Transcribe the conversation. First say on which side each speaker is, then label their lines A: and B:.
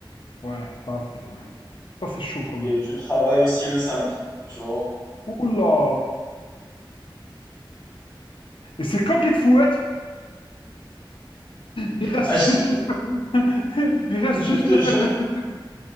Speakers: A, on the left; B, on the left.
A: ouais, ça, c'est ouais. Ça, c'est chaud quand même.
B: Et tu travailles aussi le samedi, tu vois.
A: Oula! Et c'est quand qu'il te fouette? Il reste
B: Ah, je
A: juste
B: te,
A: les... <laughs> Il reste
B: je
A: juste
B: te
A: le
B: jure
A: fait de... de- de-